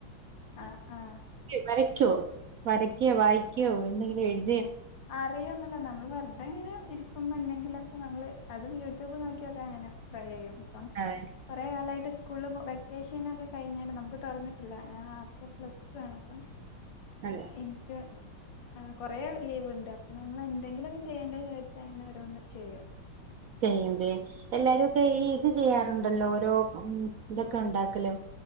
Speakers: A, on the left (about 65°); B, on the right (about 75°).
A: ആഹ്, ആഹ്
B: വരയ്ക്കോ വരയ്ക്കോ വായിക്കോ എന്തെങ്കിലും എഴുതെ
A: അറിയോന്നല്ല നമ്മൾ വെർതെങ്ങനെ ഇരിക്കുമ്പൊന്തെങ്കിലൊക്കെ നമ്മള് അതും യൂട്യൂബ് നോക്കിയൊക്കെ അങ്ങനെ ട്രൈ ചെയ്യും ഇപ്പം
B: അതെ
A: കൊറേ കാലായിട്ട് സ്കൂൾല് വെക്കേഷനൊക്കെ കഴിഞ്ഞാല് നമുക്ക് തൊറന്നിട്ടില്ല ഞാൻ ആഫ്റ്റർ പ്ലസ് ടു ആണ് അപ്പം.
B: അതെ
A: ന്ക്ക് ആഹ് കൊറേ ലീവ്ണ്ട്. അപ്പൊ നമ്മള് എന്തെങ്കിലൊക്കെ ചെയ്യേണ്ടേന്ന് വിചാരിച്ചു അങ്ങനെ ഓരോന്ന് ചെയ്യും.
B: ചെയ്യും ചെയ്യും എല്ലാരൊക്കെ ഈ ഇത് ചെയ്യാറുണ്ടല്ലോ ഓരോ ഉം ഇതൊക്കെ ഉണ്ടാക്കലും